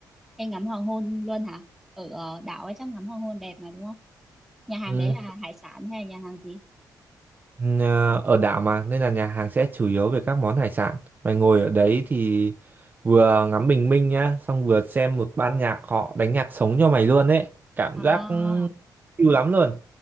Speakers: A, in the centre; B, on the right.
A: em ngắm hoàng hôn luôn hả? Ở ờ, đảo ấy chắc ngắm hoàng hôn đẹp mà đúng không? Nhà hàng
B: Ừ,
A: đấy là hải sản hay nhà hàng gì?
B: ừ, ờ, ở đảo mà nên là nhà hàng sẽ chủ yếu về các món hải sản. Mày ngồi ở đấy thì vừa ngắm bình minh nhá, xong vừa xem một ban nhạc họ đánh nhạc sống cho mày luôn ấy. Cảm
A: À,
B: giác siêu lắm luôn.